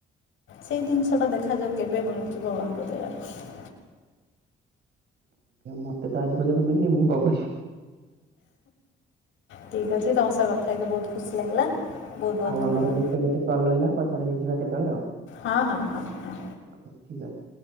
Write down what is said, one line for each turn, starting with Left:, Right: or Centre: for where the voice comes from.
Left: ସେଇ ଜିନିଷଟା ଦେଖାଯାଉ କେବେ ମିଳୁଛି ଭଗବାନଙ୍କ ଦୟାର
Right: ମତେତ ଆଜି ପର୍ଯ୍ୟନ୍ତ ମିିଲି ମୁଁ କଣ କଛି
Left: ଠିକ୍ ଅଛି ତମ ସହ କଥା ହେଇକି ବହୁତ୍ ଖୁସି ଲାଗିଲା। ବହୁତ ବହୁତ
Right: ଆଉ
Left: ଧନ୍ୟବାଦ
Right: ଆମର ଗୋଟେ ଗୋଟେ କଲ ରହିଲା ପଛରେ ହେଇଯିବା କେତେବେଳେ ଆଉ।
Left: ହଁ ହଁ ହଁ ହଁ
Right: ହ ଠିକ୍ ଅଛି।